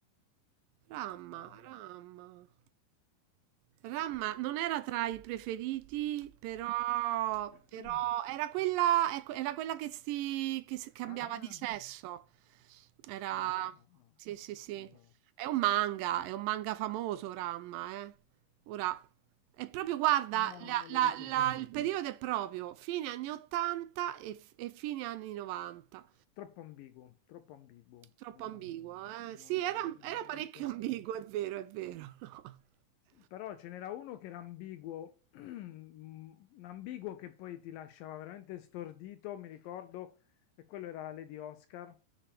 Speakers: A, on the right (about 80°); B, on the left (about 80°).
A: Ramma,
B: ramma.
A: Ramma. Ramma non era tra i preferiti, però,
B: <clears throat>
A: però era quella, ecco, era quella che si, che si cambiava
B: Ah,
A: di sesso. Era,
B: no, no, no,
A: sì, sì, sì.
B: non lo-
A: È un manga, è un manga famoso, Ramma, eh. Ora, è proprio, guarda,
B: no,
A: la-
B: non me
A: la-
B: lo ricordo.
A: la- il periodo è proprio fine anni 80 e, e fine anni 90.
B: Troppo ambiguo, troppo ambiguo.
A: Troppo
B: Eh, non
A: ambiguo, eh? Sì, era,
B: ero, non
A: era
B: non
A: parecchio
B: sono
A: <laughs> ambiguo,
B: pronto.
A: è vero, è vero. <laughs>
B: Però ce n'era uno che era ambiguo, <clears throat> un ambiguo che poi ti lasciava veramente stordito, mi ricordo, e quello era Lady Oscar,